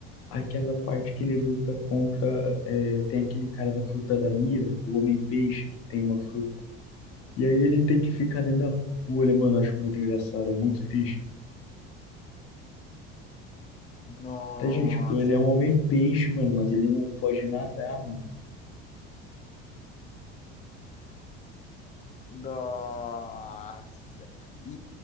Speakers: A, on the left (about 50°); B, on the left (about 25°).
A: Aquela parte que ele luta contra. é, tem aquele cara da fruta da mira, o Homem-Peixe, que tem uma fruta. E aí ele tem que ficar dentro da bolha, mano. eu Acho muito engraçado, é muito triste.
B: Nossa,
A: Tá, gente, pô, ele é um Homem-Peixe, mano, mas ele não pode nadar, mano.
B: nossa. E